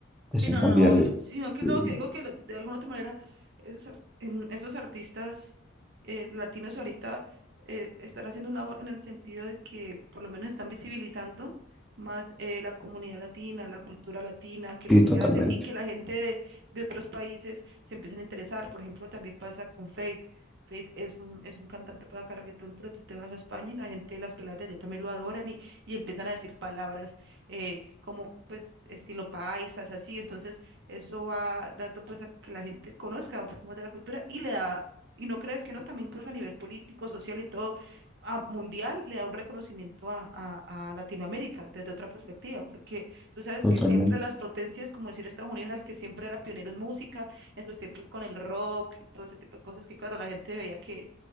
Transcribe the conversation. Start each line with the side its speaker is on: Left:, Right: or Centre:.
Centre: te hacen
Right: Sí, no,
Centre: cambiar
Right: no, no,
Centre: de,
Right: yo- sí, no, que
Centre: de-
Right: lo que digo que lo- de alguna otra manera esos, ar- em, esos artistas eh, latinos ahorita eh, están haciendo un labor en el sentido de que por lo menos están visibilizando más eh, la comunidad latina, la cultura latina, que
Centre: Sí,
Right: lo que
Centre: totalmente,
Right: hacen y que la gente de, de otros países se empiecen a interesar. Por ejemplo, también pasa con Faith. Faith es un, es un cantante para acá reggaetón, pero tú te vas a España y la gente, las peladas de allá también lo adoran y, y empiezan a decir palabras eh, como pues estilo paisas, así. Entonces, eso va dando pues a que la gente conozca un poco más de la cultura y le da, y no creas que no, también incluso a nivel político, social y todo, a- mundial, le da un reconocimiento a, a, a Latinoamérica desde otra perspectiva, porque tú sabes
Centre: totalmente,
Right: que siempre las potencias, como decir Estados Unidos, era el que siempre era pionero en música, en sus tiempos con el rock y todo ese tipo de cosas que, claro, la gente veía que